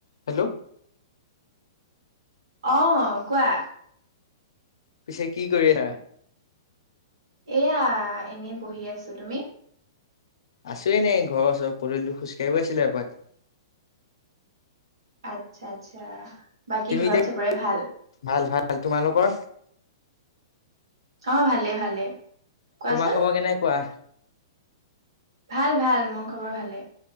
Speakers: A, on the left; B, on the right.
A: Hello.
B: অ কোৱা।
A: পিছে কি কৰি আছা?
B: এয়া এনেই বহি আছো তুমি।
A: আছো এনেই ঘৰৰ ওচৰ পদূলিটো খোজকাঢ়িব আহিছিলো এপাক।
B: আচছা আচছা বাকী
A: তুমি
B: ঘৰত
A: এতিয়া
B: সবৰে ভাল।
A: ভাল ভাল তোমালোকৰ?
B: অ ভালে ভালে। কোৱাচোন
A: তোমাৰ খবৰ কেনেকুৱা
B: ভাল ভাল মোৰ খবৰ ভালে।